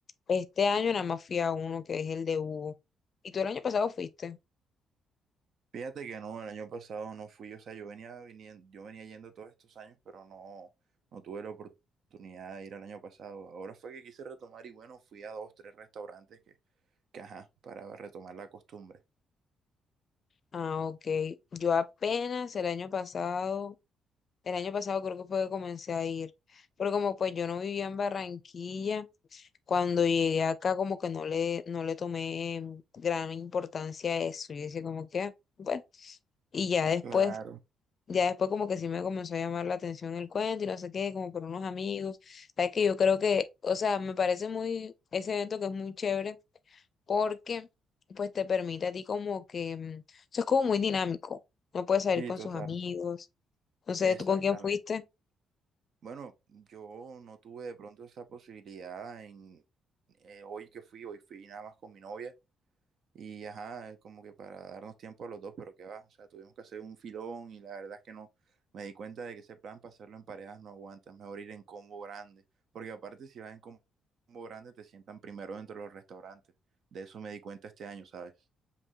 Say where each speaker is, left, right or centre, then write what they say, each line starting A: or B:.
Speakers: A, on the left (about 45°); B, on the right (about 60°).
A: este año nada más fui a uno que es el de Hugo. ¿Y tú el año pasado fuiste?
B: Fíjate que no, el año pasado no fui, o sea, yo venía viniendo, yo venía yendo todos estos años, pero no, no tuve la oportunidad de ir al año pasado. Ahora fue que quise retomar y bueno, fui a dos, tres restaurantes que que, ajá, para retomar la costumbre.
A: Ah, ok. Yo apenas el año pasado, el año pasado creo que fue que comencé a ir. Pero como pues yo no vivía en Barranquilla. Cuando llegué acá como que no le, no le tomé gran importancia a eso. Yo decía como que, "Ah, bueno, y ya después,
B: Claro,
A: ya después como que sí me comenzó a llamar la atención el cuento y no sé qué, como por unos amigos. Sabes que yo creo que, o sea, me parece muy, ese evento que es muy chévere porque pues te permite a ti como que, mm, o sea, es como muy dinámico. No puedes salir
B: Sí,
A: con
B: total.
A: sus amigos. No sé,
B: Exactamente.
A: ¿tú con quién fuiste?
B: Bueno, yo no tuve de pronto esa posibilidad en eh, hoy que fui, hoy fui nada más con mi novia y ajá, como que para darnos tiempo a los dos, pero qué va, o sea, tuvimos que hacer un filón y la verdad es que no, me di cuenta de que ese plan para hacerlo en parejas no aguanta, es mejor ir en combo grande, porque aparte si vas en combo grande te sientan primero dentro de los restaurantes, de eso me di cuenta este año, ¿sabes?